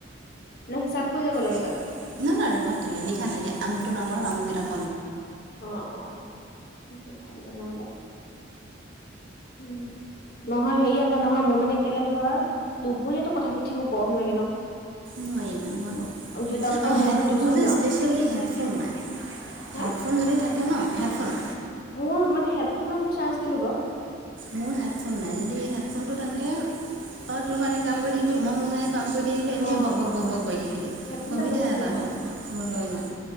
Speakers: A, on the left; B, on the right.
A: ন হিচাপকৈ যাব লাগে?
B: নাই
A: তই
B: নাই ৰেকৰ্ড থাকে লিখা থাকে আমুকটো নমাৰ আমুকেইটাক
A: অ অ সটো ভাল তে নহলে উম। নহয় হেৰি আকৌ নহয় মোৰ মানে কেলে ধৰ, দুপৰীয়াটো কথা পাতি থাকিব গৰম লাগে ন।
B: নই ইমানহয় বাৰু
A: দুটা বজাত
B: আৰু
A: মই
B: হে
A: ধৰ টিউচন
B: মোৰ যে
A: যাওঁ
B: স্পেচিয়েলি হেডফোন নাই।
A: হা
B: হেডফোন যদি থাকে ন হেডফোন।
A: মোৰ মানে হেডফোনত মোৰ চাৰ্জ দিলো বাও।
B: মোৰ হেডফোন নাই, যদি হেডফোন টো থাকে তই তোৰ ভাগে কাম কৰি থাকিবি, মই মোৰ ভাগে কাম কৰি থাকিলোঁ, এনেই
A: অ
B: বক বক
A: অ
B: বক বক কৰি থাকিলো
A: হেডফোনডাল
B: সুবিধা
A: লৈ লবি
B: এটা
A: আকৌ
B: হয়, মই লৈ লওঁ।